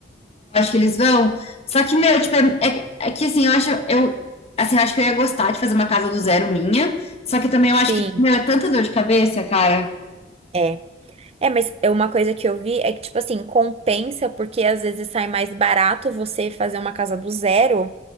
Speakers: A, on the left (about 35°); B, on the right (about 35°).
A: Eu acho que eles vão. Só que, meu, tipo, é, é- que- é que, assim, eu acho, eu, assim, eu acho que eu ia gostar de fazer uma casa do zero minha. Só que também
B: Sim,
A: eu acho que, meu, é tanta dor de cabeça, cara.
B: é. É, mas é uma coisa que eu vi é que, tipo assim, compensa porque às vezes sai mais barato você fazer uma casa do zero,